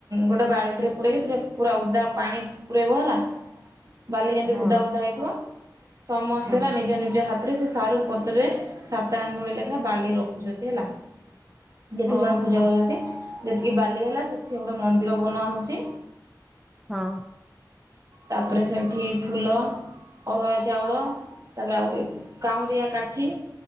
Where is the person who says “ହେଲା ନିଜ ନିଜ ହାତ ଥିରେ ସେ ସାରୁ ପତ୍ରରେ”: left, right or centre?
Right